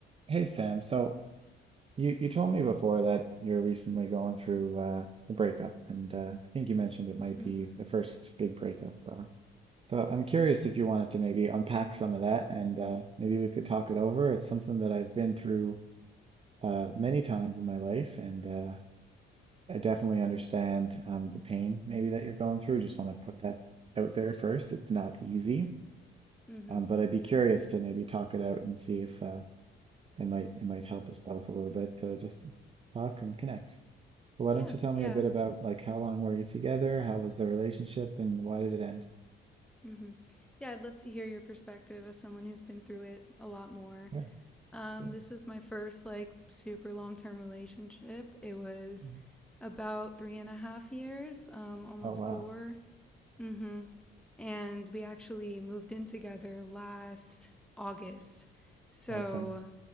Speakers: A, on the right (about 30°); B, in the centre.
A: Hey Sam, so you you told me before that you're recently going through uh, a breakup, and uh, I think you mentioned it might
B: Mhm.
A: be the first big breakup. Uh, so I'm curious if you wanted to maybe unpack some of that, and uh, maybe we could talk it over. It's something that I've been through uh, many times in my life, and uh, I definitely understand um, the pain maybe that you're going through. Just want to put that out there first. It's not easy,
B: Mhm.
A: um, but I'd be curious to maybe talk it out and see if uh, it might it might help us out a little bit to just talk and connect. But why
B: Yeah,
A: don't you tell
B: yeah.
A: me a bit about like how long were you together? How was the relationship and why did it end?
B: Mhm. Yeah, I'd love to hear your perspective as someone who's been through it a lot more.
A: Sure,
B: Um,
A: absolutely.
B: this was my first like super long-term relationship. It was
A: Mhm.
B: about three and a half years, um, almost
A: Oh wow.
B: four. Mm-hmm. And we actually moved in together last August. So,
A: Okay.